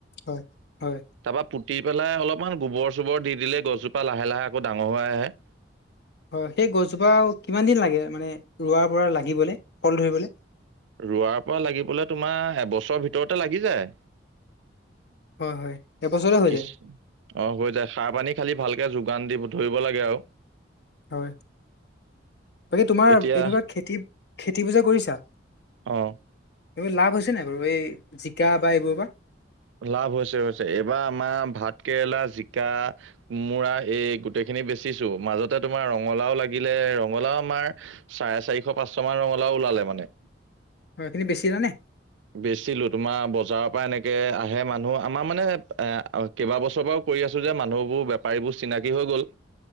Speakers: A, on the left; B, on the right.
A: হয়, হয়,
B: তাৰপৰা পুতি পেলাই অলপমান গোবৰ চোবৰ দি দিলে গছজোপা লাহে লাহে আকৌ ডাঙৰ হৈ আহে। <inaudible>
A: হয়, সেই গছজোপা কিমান দিন লাগে মানে ৰোৱাৰ পৰা লাগিবলৈ ফল ধৰিবলৈ
B: ৰোৱাৰ পৰা লাগিবলৈ তোমাৰ এবছৰৰ ভিতৰতে লাগি যায়।
A: হয়, হয়, এবছৰে হৈ
B: কিছ
A: যায়।
B: অ', হৈ যায় সাৰ পানী খালি ভালকে যোগান দি ধৰিব লাগে আৰু
A: হয়, বাকী তোমাৰ
B: এতিয়া
A: এনেকুৱা খেতি খেতি বোজা কৰিছা
B: অ',
A: এইবোৰ লাভ হৈছে নাই বাৰু এই জিকা বা এইবোৰৰ পৰা
B: লাভ হৈছে হৈছে এইবাৰ আমাৰ ভাত কেৰেলা জিকা কোমোৰা এই গোটেইখিনি বেচিছো। মাজতে তোমাৰ ৰঙালাও লাগিলে ৰঙালাও আমাৰ চাৰে চাৰিশ পাঁচশ মান ৰঙালাও ওলালে মানে।
A: অ', এইখিনি বেছিলা নে
B: বেচিলো তোমাৰ বজাৰৰ পৰা এনেকে আহে মানুহ আমাৰ মানে এ কেইবাবছৰৰ পৰাও কৰি আছো যে মানুহবোৰ বেপাৰীবোৰ চিনাকি হৈ গ'ল।